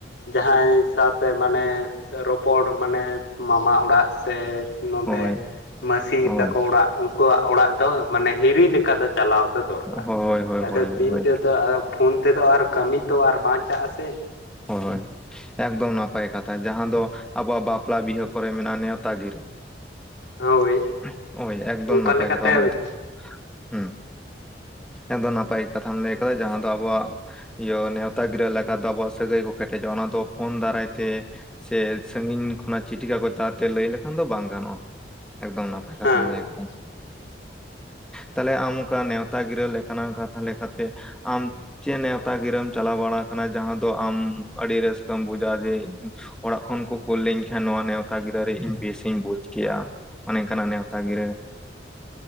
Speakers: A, on the left (about 85°); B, in the centre.
A: ᱡᱟᱦᱟᱸᱭ ᱥᱟᱣ ᱛᱮ ᱢᱟᱱᱮ ᱨᱚᱯᱚᱲ ᱢᱟᱱᱮ ᱢᱟᱢᱟ ᱚᱲᱟᱜ ᱥᱮ ᱱᱚᱰᱮ
B: ᱦᱳᱭ
A: ᱢᱟᱹᱥᱤ
B: ᱦᱳᱭ
A: ᱛᱟᱠᱚ ᱚᱲᱟᱜ ᱩᱱᱠᱩᱣᱟᱜ ᱚᱲᱟᱜ ᱫᱚ ᱢᱟᱱᱮ ᱦᱤᱨᱤ ᱞᱮᱠᱟ ᱫᱚ ᱪᱟᱞᱟᱣ ᱫᱚ ᱫᱚᱨᱠᱟᱨ
B: ᱦᱳᱭ ᱦᱳᱭ
A: ᱟᱫᱚ
B: ᱦᱳᱭ
A: ᱫᱤᱱ
B: ᱦᱳᱭ
A: ᱫᱚ ᱛᱚ ᱯᱷᱳᱱ ᱛᱮᱫᱚ ᱟᱨ ᱠᱟᱹᱢᱤ ᱛᱚ ᱟᱨ ᱵᱟᱝ ᱪᱟᱜᱼᱟ ᱥᱮ᱾
B: ᱦᱳᱭ ᱦᱳᱭ ᱮᱜᱽᱫᱚᱢ ᱱᱟᱯᱟᱭ ᱠᱟᱛᱷᱟ ᱡᱟᱦᱟᱸ ᱫᱚ ᱟᱵᱚᱣᱟᱜ ᱵᱟᱯᱞᱟ ᱵᱤᱦᱟᱹ ᱠᱚᱨᱮ ᱢᱮᱱᱟᱜᱼᱟ ᱱᱮᱣᱛᱟ ᱜᱤᱨᱟᱹ
A: ᱦᱳᱭ
B: <inaudible> ᱦᱳᱭ ᱮᱠᱫᱚᱢ
A: ᱚᱱᱠᱟ
B: ᱱᱟᱯᱟᱭ
A: ᱞᱮᱠᱟᱛᱮ
B: ᱠᱟᱛᱷᱟ ᱚᱱᱟ
A: ᱦᱮᱸ
B: ᱠᱚᱫᱚ ᱦ ᱮᱠᱫᱚᱢ ᱱᱟᱯᱟᱭ ᱠᱟᱛᱷᱟᱢ ᱞᱟᱹᱭ ᱟᱠᱟᱫᱟ ᱡᱟᱦᱟᱸ ᱫᱚ ᱟᱵᱚᱣᱟᱜ ᱤᱭᱟᱹ ᱱᱮᱣᱛᱟ ᱜᱤᱨᱟᱹ ᱞᱟᱜᱟ <unintelligible> ᱟᱵᱚᱣᱟᱜ᱾ ᱥᱟᱹᱜᱟᱹᱭ ᱠᱚ ᱠᱮᱴᱮᱡᱚᱜᱼᱟ ᱚᱱᱟ ᱫᱚ ᱯᱷᱳᱱ ᱫᱟᱨᱟᱭ ᱛᱮ ᱥᱮ ᱥᱟᱜᱤᱧ ᱠᱷᱚᱱᱟᱜ ᱪᱤᱴᱷᱤ ᱠᱟᱜᱚᱡ ᱛᱟᱞᱟᱛᱮ ᱞᱟᱹᱭ ᱞᱮᱠᱷᱟᱱ ᱫᱚ ᱵᱟᱝ ᱜᱟᱱᱚᱜᱼᱟ᱾ ᱮᱠᱫᱚᱢ ᱱᱟᱯᱟᱭ
A: ᱦᱮᱸ
B: ᱠᱟᱛᱷᱟ ᱞᱟᱹᱭ ᱟᱠᱟᱫ-ᱟ ᱦᱳᱸᱭ ᱛᱟᱦᱞᱮ ᱟᱢ ᱚᱱᱠᱟ ᱱᱮᱶᱛᱟ ᱜᱤᱨᱟᱹ ᱞᱮᱠᱟᱱᱟᱜ ᱠᱟᱛᱷᱟ ᱞᱮᱠᱟᱛᱮ ᱟᱢ ᱪᱮᱫ ᱱᱮᱣᱛᱟ ᱜᱤᱨᱟᱹᱢ ᱪᱟᱞᱟᱣ ᱵᱟᱲᱟ ᱟᱠᱟᱱᱟ ᱡᱟᱦᱟᱸ ᱫᱚ? ᱛᱚ ᱟᱢ ᱟᱹᱰᱤ ᱨᱟᱹᱥᱠᱟᱹᱢ ᱵᱩᱡᱟ ᱡᱮ ᱚᱲᱟᱜ ᱠᱷᱚᱱ ᱠᱚ ᱠᱩᱞᱞᱤᱧ ᱠᱷᱟᱱ ᱱᱚᱶᱟ ᱱᱮᱣᱛᱟ ᱜᱤᱨᱟᱹᱨᱮ ᱤᱧ ᱵᱮᱥᱤᱧ ᱵᱩᱡᱽ ᱠᱮᱭᱟ ᱚᱱᱮ ᱚᱱᱠᱟᱱᱟᱜ ᱱᱮᱣᱛᱟ ᱜᱤᱨᱟᱹ